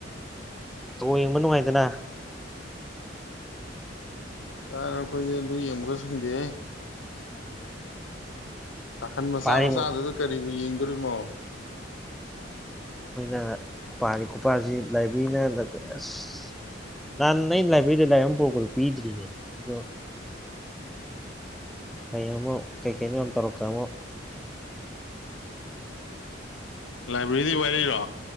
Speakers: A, in the centre; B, on the left (about 80°).
A: ꯇ ꯌꯦꯡꯕ ꯅꯨꯡꯉꯥꯏꯗꯅ
B: ꯀꯥꯏ ꯑꯩꯈꯣꯏꯗꯤ ꯑꯗꯨ ꯌꯦꯡꯃꯒ ꯁꯪꯗꯦ ꯀꯥꯈꯟ ꯃꯆꯥ
A: ꯄꯥꯔꯤꯉꯣ
B: ꯃꯆꯥꯗꯨꯗ ꯀꯔꯤꯕꯨ ꯌꯦꯡꯗꯣꯔꯤꯅꯣ
A: ꯑꯩꯈꯣꯏꯅ ꯄꯥꯔꯤ ꯈꯨꯄꯥꯁꯤ ꯂꯥꯏꯕ꯭ꯔꯦꯔꯤꯅ ꯑꯁ ꯅꯍꯥꯟ ꯑꯩꯅ ꯂꯥꯏꯕ꯭ꯔꯦꯔꯤꯗ ꯂꯥꯏꯔꯤꯛ ꯑꯃ ꯄꯔꯛꯄꯗꯣ ꯄꯤꯗ꯭ꯔꯤꯅꯦ ꯑꯗꯣ ꯑ ꯑꯃ ꯀꯩ ꯀꯩꯅꯤ ꯑ ꯇꯔꯛꯇꯛꯇꯃꯣ
B: ꯂꯥꯏꯕ꯭ꯔꯦꯔꯤꯗꯤ ꯋꯥꯔꯤꯔꯤꯔꯣ